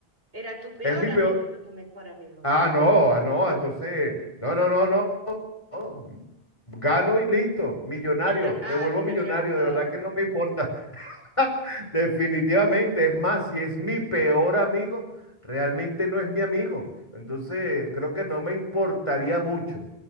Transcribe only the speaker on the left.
es mi peor.
Ah, no, ah, no, entonces, no, no, no, no, no. Gano y listo, millonario,
me
vuelvo
millonario,
de verdad que no me importa. <laughs> Definitivamente, es más, si es mi peor amigo, realmente no es mi amigo. Entonces, creo que no me importaría mucho.